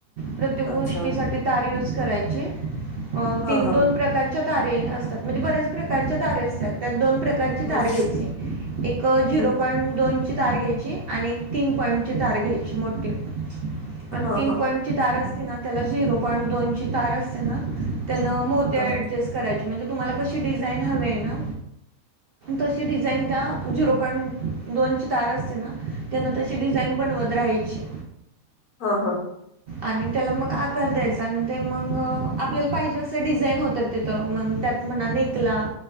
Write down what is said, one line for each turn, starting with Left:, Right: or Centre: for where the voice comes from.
Right: प्रत्येक गोष्टीसाठी
Left: अच्छा
Right: तार यूज करायची. अ
Left: हा
Right: तीन
Left: हा
Right: दोन प्रकारच्या तारे असतात म्हणजे बऱ्याच प्रकारच्या तारे असतात. त्यात दोन प्रकारची
Left: हम्म,
Right: तार घ्यायची एक अ झीरो
Left: हम्म.
Right: पॉईंट दोनची तार घ्यायची आणि एक तीन पॉईंटची तार घ्यायची मोठी आणि
Left: हा
Right: तीन
Left: हा
Right: पॉइंटची तार अस ना त्याला झिरो पॉईंट दोनची तार असते ना, त्यानं मोती ॲडजेस्ट
Left: हा
Right: करायची म्हणजे तुम्हाला कशी डिझाईन हवी आहे ना. तशी डिझाईन त्या झिरो पॉइंट दोनची तार असते ना. त्यांना तशी डिझाईन बनवत राहायची.
Left: हा हा.
Right: आणि त्याला मग आकार द्यायचा आणि ते मग आपल्याला पाहिजे असं डिझाईन होतात तिथं मग, त् मणा निकला.